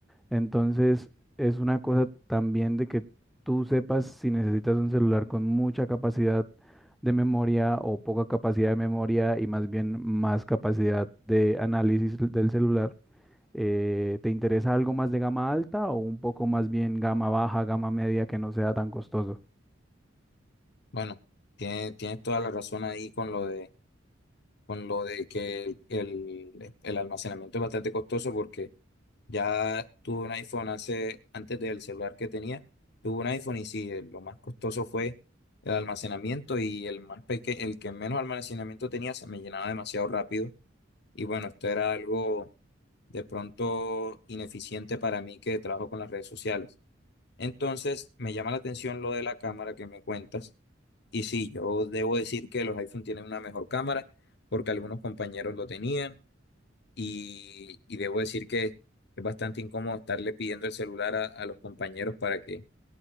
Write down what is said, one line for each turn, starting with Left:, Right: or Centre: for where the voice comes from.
Centre: Entonces, es una cosa también de que tú sepas si necesitas un celular con mucha capacidad de memoria o poca capacidad de memoria y más bien más capacidad de análisis del celular. Eh, ¿te interesa algo más de gama alta o un poco más bien gama baja, gama media que no sea tan costoso?
Left: Bueno, tiene- tienes toda la razón ahí con lo de con lo de que el, el- el almacenamiento es bastante costoso porque ya tuve un iPhone hace, antes del celular que tenía, tuve un iPhone y sí, eh, lo más costoso fue el almacenamiento y el más peque- el que menos almacenamiento tenía se me llenaba demasiado rápido y bueno, esto era algo de pronto ineficiente para mí que trabajo con las redes sociales. Entonces, me llama la atención lo de la cámara que me cuentas. Y sí, yo debo decir que los iPhone tienen una mejor cámara porque algunos compañeros lo tenían y, y debo decir que es bastante incómodo estarle pidiendo el celular a, a los compañeros para que,